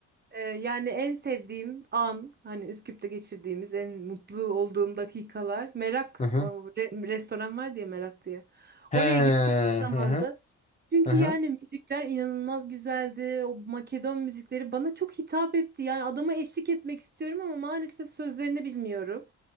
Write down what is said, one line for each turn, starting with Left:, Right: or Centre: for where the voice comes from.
Right: Ee, yani en sevdiğim an hani Üsküp'te geçirdiğimiz en mutlu olduğum dakikalar Merak
Left: Hı hı.
Right: o re- restoran var diye Merak diye.
Left: He,
Right: Oraya gittiğim zamanda
Left: hı hı.
Right: çünkü
Left: Hı hı.
Right: yani müzikler inanılmaz güzeldi. O Makedon müzikleri bana çok hitap etti. Yani adama eşlik etmek istiyorum ama maalesef sözlerini bilmiyorum.